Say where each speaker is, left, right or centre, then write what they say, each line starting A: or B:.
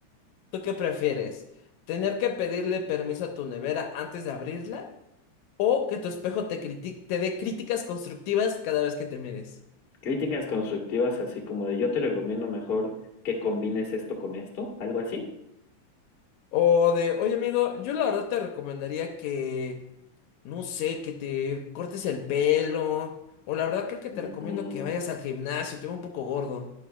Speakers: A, on the left; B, on the left.
A: ¿tú qué prefieres? ¿Tener que pedirle permiso a tu nevera antes de abrirla? O que tu espejo te critique, te dé críticas constructivas cada vez que te mires.
B: Críticas constructivas, así como de yo te recomiendo mejor que combines esto con esto, algo así.
A: O de, oye amigo, yo la verdad te recomendaría que, no sé, que te cortes el pelo. O la verdad creo que te
B: Ujú.
A: recomiendo que vayas al gimnasio, te veo un poco gordo.